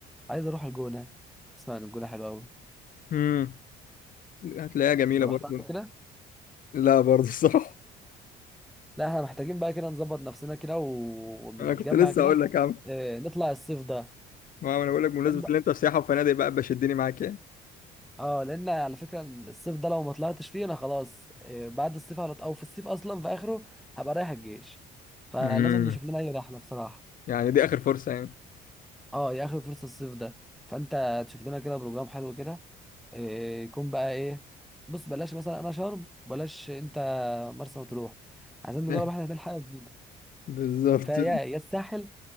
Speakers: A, in the centre; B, on the left (about 55°).
A: عايز اروح الجونه اسمع ان الجونه حلوه قوي
B: امم هتلاقيها جميله
A: انت
B: برضه
A: رحت عمل كده
B: لا برضه صح
A: لا احنا محتاجين بقى كده نظبط نفسنا كده و- ونتجمع
B: انا كنت لسه
A: كده
B: اقول لك يا عم
A: اه نطلع الصيف ده
B: ما انا بقول لك بمناسبه
A: لان
B: ان انت في سياحه وفنادق بقى بشدني معاك يعني
A: اه لان على فكره الصيف ده لو ما طلعتش فيه انا خلاص اه بعد الصيف على طول- او في الصيف اصلا في اخره هبقى رايح الجيش فلازم
B: امم
A: نشوف لنا اي رحله بصراحه
B: يعني دي اخر فرصه يعني
A: اه يا اخر فرصه الصيف ده فانت تشوف لنا كده بروجرام حلو كده اه يكون بقى ايه بص بلاش مثلا انا شرم بلاش انت مرسى مطروح عايزين نجرب
B: <laughs>
A: احنا هناك حاجه جديده
B: بالظبط
A: فيا يا الساحل